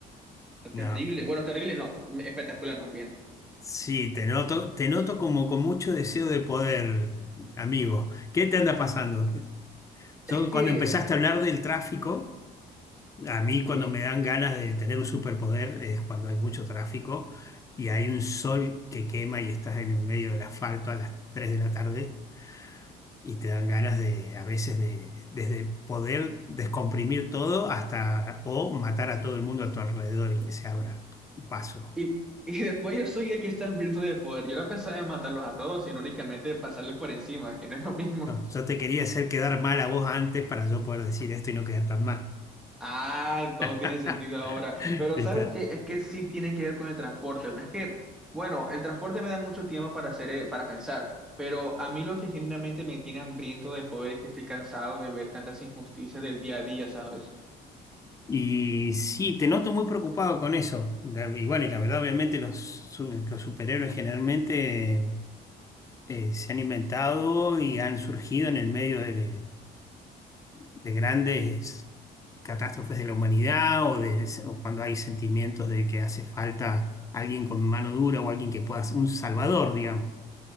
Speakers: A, on the left; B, in the centre.
A: no.
B: Terrible, bueno, terrible no, espectacular más bien.
A: Sí, te noto, te noto como con mucho deseo de poder, amigo. ¿Qué te anda pasando? Yo,
B: Es que,
A: cuando empezaste a hablar del tráfico, a mí
B: sí,
A: cuando me dan ganas de tener un superpoder es cuando hay mucho tráfico y hay un sol que quema y estás en el medio del asfalto a las 3 de la tarde y te dan ganas de, a veces, de, desde poder descomprimir todo hasta o matar a todo el mundo a tu alrededor y que se abra paso.
B: y, <laughs> y después yo soy el que está hambriento de poder, yo no pensaba en matarlos a todos, sino únicamente pasarles por encima, que no es lo mismo.
A: Yo, yo te quería hacer quedar mal a vos antes para yo poder decir esto y no quedar tan mal.
B: Ah, todo
A: <laughs>
B: tiene sentido ahora. Pero
A: ¿Viste?
B: ¿sabes qué? Es que sí tiene que ver con el transporte. Es que, bueno, el transporte me da mucho tiempo para hacer, eh, para pensar. Pero a mí lo que genuinamente me tiene hambriento de poder es que estoy cansado de ver tantas injusticias del día a día, ¿sabes?
A: Y sí, te noto muy preocupado con eso. Da- Y bueno, y la verdad, obviamente, los, su- los superhéroes generalmente eh, se han inventado y han surgido en el medio de, de grandes catástrofes de la humanidad o, de, o cuando hay sentimientos de que hace falta alguien con mano dura o alguien que pueda ser un salvador, digamos.